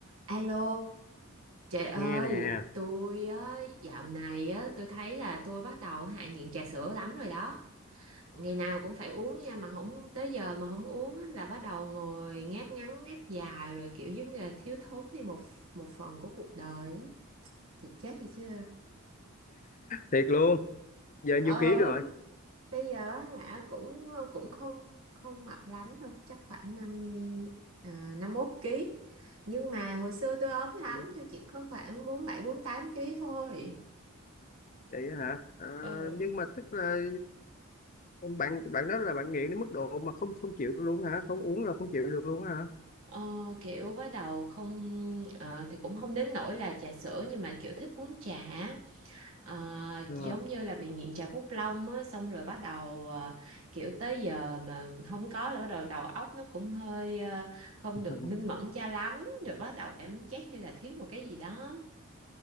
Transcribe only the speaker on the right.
Alo, trời ơi,
tôi á, dạo này á, tôi thấy là tôi bắt đầu hạ nghiện trà sữa lắm rồi đó. Ngày nào cũng phải uống nha, mà không tới giờ mà không uống á, là bắt đầu ngồi ngáp ngắn ngáp dài rồi kiểu giống như là thiếu thốn đi một một phần của cuộc đời á. Thì chết đi chứ.
Ờ,
bây giờ á, hả cũng cũng không không mập lắm đâu, chắc khoảng năm mươi à, năm mốt ký. Nhưng mà hồi xưa tôi ốm lắm,
tôi chỉ có khoảng bốn bảy bốn tám ký thôi.
Ờ,
ờ, kiểu bắt đầu không ờ, thì cũng không đến nỗi là trà sữa nhưng mà kiểu thích uống trà á. Ờ,
giống như là bị nghiện trà Phúc Long á xong rồi bắt đầu ờ, kiểu tới giờ mà không có là bắt đầu đầu óc nó cũng hơi ờ, không
được
minh mẫn cho lắm rồi bắt đầu cảm giác như là thiếu một cái gì đó.